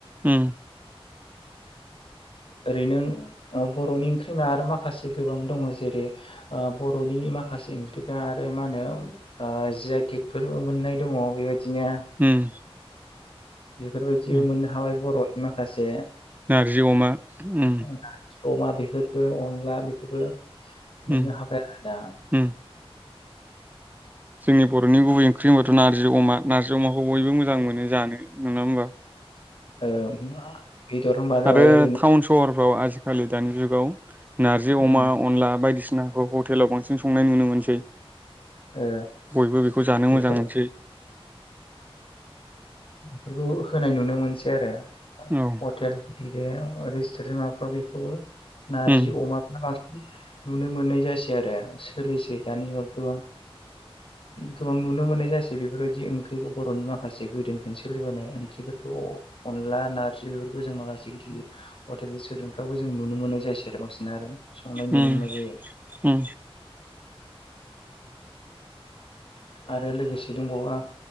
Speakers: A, on the right (about 15°); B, on the left (about 60°).
A: उम
B: ओरैनो। औ बर'नि ओंख्रि होनबा आरो माखासे गोबां दङ जेरै बर'नि माखासे ओंख्रिफ्रा आरो मा होनो जि आइ टेक फोरबो मोननाय दङ बेबायदिनो।
A: उम
B: <inaudible> बेफोरबायदिबो
A: उम
B: मोननो हाबाय बर'। माखासे
A: नारजि अमा ओम।
B: नारजि अमा बेफोरबो अनला बेफोरबो। मोननो
A: उम
B: हाबाया दा
A: उम जोंनि बर'नि गुबै ओंख्रि होनबाथ' नारजि अमा नारज अमाखौ बयबो मोजां मोनो जानो नङा होमबा?
B: ओ बेदर होनबा जाबाय
A: आरो
B: ओरैनो
A: टाउन सहरफ्राव आजि खालि दानि जुगाव नारजि
B: उम
A: अमा अनला बायदिसिनाखौ भट हटेलाव बांसिन संनाय नुनो मोनसै।
B: ओ
A: बयबो बेखौ जानो
B: बेफोर
A: मोजां मोनसै।
B: इफोरखौ होनाय नुनो मोनसै आरो।
A: औ
B: अथेल गदेर रेस्टुरेन्ट माबाफ्राव बेखौबो। नारजि
A: उम
B: अमाफ्रा बांसि नुनो मोननाय जासै आरो सोलिसै दानि जुगाव गोबां गोबां नुनो मोननाय जासै बेफोरबायदि ओंख्रिखौ बर'नि माखासे गोदो। ओनो सोलिबोनाय ओंख्रिफोरखौ अनला नारजि बेफोरखौ जों माखासे गिदिर गिदिर हटेल रेस्टुरेन्टफ्रावबो जों नुनो मोननाय जायासै आरो बांसिन आरो। संनाय नुनो
A: ओम
B: मोननाय जायो
A: औ।
B: आरो लोगोसे दंबावा